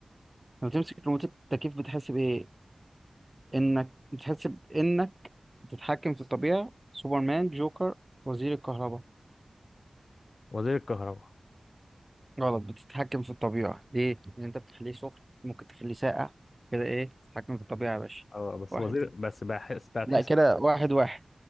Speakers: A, on the right; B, on the left.
A: لما تمسك ريموت التكييف بتحس بإيه؟ إنك بتحس بإنك بتتحكم في الطبيعة سوبرمان جوكر وزير الكهرباء
B: وزير الكهرباء
A: غلط بتتحكم في الطبيعة ليه؟ لأن أنت بتخليه سخن ممكن تخليه ساقع كده إيه تتحكم في الطبيعة يا باشا
B: اه بس
A: واحد
B: وزير بس بحس بتحس
A: لا كده واحد واحد